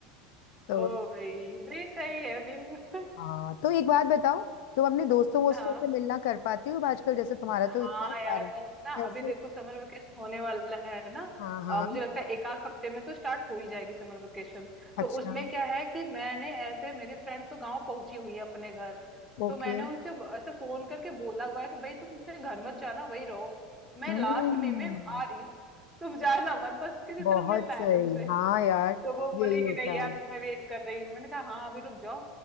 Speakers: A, on the left (about 70°); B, in the centre.
A: तो
B: ओ भाई तो ये सही है अभी <laughs>
A: हाँ तो एक बात बताओ तुम अपने दोस्तों वोस्तों
B: हाँ
A: से मिलना कर पाती हो आजकल जैसे तुम्हारा
B: हाँ
A: तो इतना सारा
B: यार अब ना
A: कैसे
B: अभी देखो समर वेकेशन होने वाला है ना
A: हाँ हाँ
B: अ, मुझे लगता है एक आध हफ्ते में तो स्टार्ट हो ही जाएगी समर वेकेशन
A: अच्छा
B: तो उसमें क्या है कि मैंने ऐसे मेरी फ्रेंड तो गांव पहुंची हुई है अपने घर
A: ओके
B: तो मैंने उनसे ब- ऐसे फोन करके बोला हुआ है कि भाई तुम अपने घर मत जाना वही रहो मैं
A: हम्म
B: लास्ट में में आ रही हूँ तुम जाना मत बस किसी
A: बहुत
B: तरह मिलना
A: सही
B: है तुमसे।
A: हाँ यार
B: तो वो बोली
A: यही होता
B: कि नहीं यार
A: है
B: मैं वेट कर रही हूँ मैंने कहा हाँ अभी रुक जाओ